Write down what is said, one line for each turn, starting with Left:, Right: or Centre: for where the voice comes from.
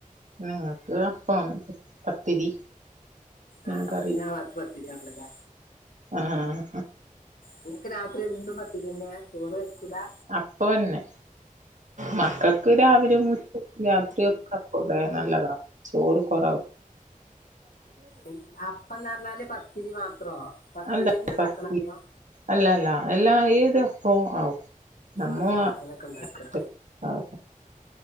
Right: പിന്നങ്ങൾക്ക് പ്പാണ് പത്തിരി. മീൻകറി
Left: ആഹ് ങ്ങക്ക് പിന്നെ അ പാത്ത് പത്തരിയാണൊല്ലെലേ.
Right: ഉം
Left: നിങ്ങക്ക് രാത്രി എന്നും പത്തിരിന്നേ? ചോറ് വെക്കൂലാ?
Right: അപ്പൊന്നെ. മക്കൾക്ക് രാവിലിം മു രാത്രിയൊക്കെ അപ്പെം ഏ നല്ലതാ. ചോറ് കുറവ്.
Left: എ അപ്പം ന്നർഞ്ഞാല് പത്തിരി മാത്രോ. പത്തിരി
Right: അല്ല
Left: തന്നെ ഉണ്ടാക്കണോ
Right: പത്തി
Left: അതോ
Right: അല്ലല്ല എല്ലാ ഏത്പ്പവും ആവും. നമ്മോ
Left: ദോശ
Right: <inaudible>
Left: അങ്ങനൊക്കെ ഉണ്ടാക്കുക